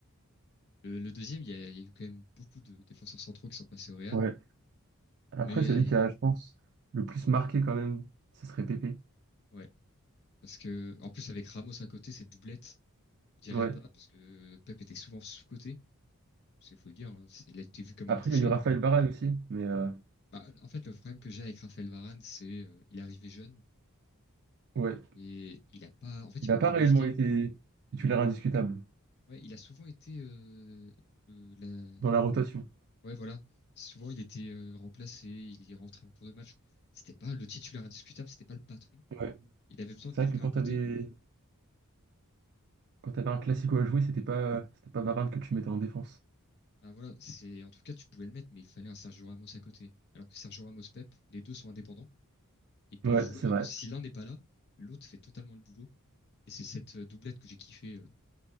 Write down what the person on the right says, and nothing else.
Ouais. Après,
celui qui a, je pense, le plus marqué quand même, ce serait Pépé.
Ouais.
Après,
il y a eu Raphaël Varane aussi, mais euh,
ouais.
Il
n'a
pas
réellement
été titulaire indiscutable
dans la rotation.
Ouais.
C'est
vrai que quand
tu avais, quand t'avais un classico à jouer, c'était pas, c'était pas Varane que tu mettais en défense.
Ouais,
c'est
vrai.